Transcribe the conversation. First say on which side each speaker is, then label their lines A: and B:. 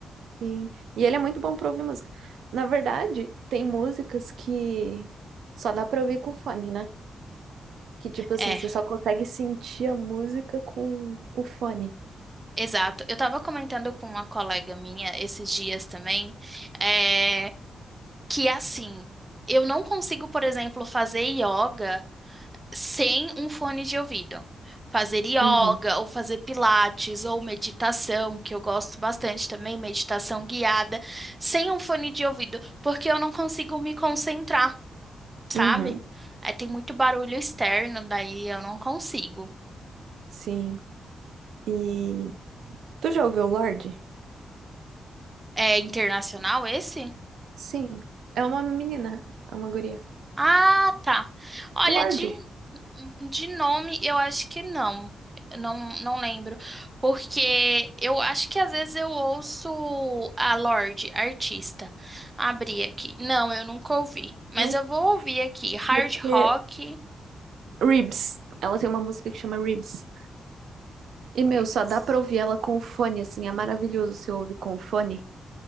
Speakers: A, on the right; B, on the right.
A: Sim. E ele é muito bom pra ouvir música. Na verdade, tem músicas que só dá pra ouvir com fone, né? Que tipo assim,
B: É,
A: você só consegue sentir a música com o fone.
B: exato. Eu tava comentando com uma colega minha esses dias também, é, que assim, eu não consigo, por exemplo, fazer yoga. sem um fone de ouvido. Fazer yoga,
A: Uhum,
B: ou fazer pilates, ou meditação, que eu gosto bastante também, meditação guiada, sem um fone de ouvido, porque eu não consigo me concentrar, sabe?
A: uhum,
B: É, tem muito barulho externo, daí eu não consigo.
A: sim. E tu já ouviu o Lorde?
B: É internacional esse?
A: Sim, é uma menina, é uma guria.
B: Ah, tá. Olha,
A: Lorde,
B: de De nome, eu acho que não. Eu Não, não lembro. Porque eu acho que às vezes eu ouço a Lorde, artista. Abrir aqui. Não, eu nunca ouvi. Mas
A: não,
B: eu vou ouvir aqui. Hard
A: porque
B: Rock.
A: Ribs, ela tem uma música que chama Ribs. E meu,
B: Roots.
A: só dá pra ouvir ela com o fone, assim, é maravilhoso se ouvir com o fone,